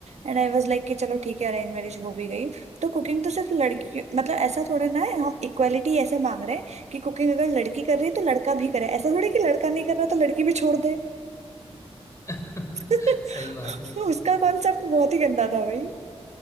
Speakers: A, on the right; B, on the left.
A: एंड आई वाज लाइक कि चलो ठीक है अरेंज मैरिज हो भी गई तो कुकिंग तो सिर्फ लड़की मतलब ऐसा थोड़ा ना है हम इक्वालिटी ऐसे मांग रहे हैं कि कुकिंग अगर लड़की कर रही है तो लड़का भी करे ऐसा थोड़ी कि लड़का नहीं कर रहा तो लड़की भी छोड़ दे
B: <laughs>
A: <laughs>
B: सही बात है
A: उसका कॉन्सेप्ट बहुत ही गंदा था भाई